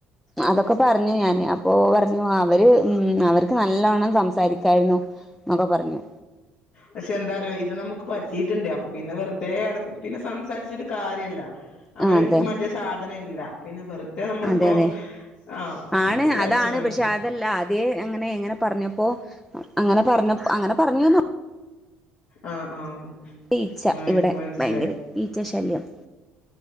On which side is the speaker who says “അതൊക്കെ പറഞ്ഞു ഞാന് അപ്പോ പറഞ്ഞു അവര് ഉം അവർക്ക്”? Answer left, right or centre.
Centre